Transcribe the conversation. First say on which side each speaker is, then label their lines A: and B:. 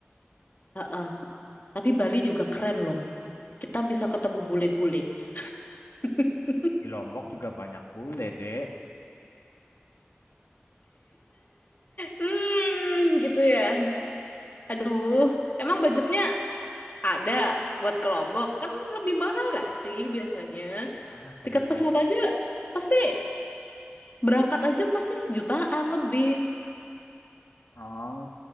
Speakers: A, on the left; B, on the left.
A: ah ah. Tapi Bali juga keren loh. Kita bisa ketemu bule-bule. <laughs>
B: Di Lombok juga banyak bule, Dek.
A: Hmm, gitu ya. Aduh, emang budgetnya ada buat ke Lombok? Kan lebih mahal gak sih biasanya?
B: Ah, tenang
A: Tiket pesawat aja pasti berangkat aja pasti sejutaan lebih.
B: Oh,